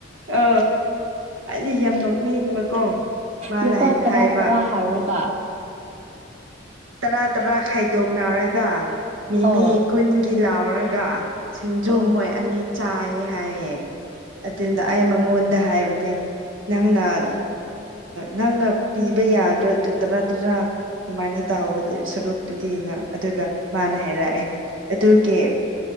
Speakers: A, on the right; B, on the right.
A: ꯑ ꯑꯩꯗꯤ ꯌꯥꯝ ꯅꯣꯛꯅꯤꯡꯕ ꯀꯣ ꯃꯥꯅ
B: ꯂꯨꯄꯥ
A: ꯍꯥꯏ
B: ꯇꯔꯥ
A: ꯍꯥꯏꯕ
B: ꯇꯔꯥ ꯍꯧꯔꯒ
A: ꯇꯔꯥ ꯇꯔꯥ ꯈꯥꯏꯗꯣꯛꯅꯔꯒ ꯃꯤꯃꯤ
B: ꯑꯣ
A: ꯀꯨꯟꯒꯤ ꯂꯥꯎꯔꯒ ꯁꯤꯡꯖꯨ
B: ꯑꯣ
A: ꯃꯣꯏ ꯑꯅꯤ ꯆꯥꯏꯌꯦ ꯍꯥꯏꯌꯦ ꯑꯗꯨꯅ ꯑꯩ ꯃꯉꯣꯟꯗ ꯍꯥꯏꯕꯅꯦ ꯅꯪꯅ
B: ꯑꯣ
A: ꯅꯪꯅ ꯄꯤꯕ ꯌꯥꯗ꯭ꯔꯣ ꯑꯗꯨ ꯇꯔꯥ ꯇꯔꯥ ꯑꯗꯨꯃꯥꯏꯅ ꯇꯥꯎꯕ ꯁꯔꯨꯛꯇꯨꯗꯤꯅ ꯑꯗꯨꯒ ꯃꯥꯅ ꯍꯥꯏꯔꯛꯑꯦ ꯑꯗꯨꯒꯤ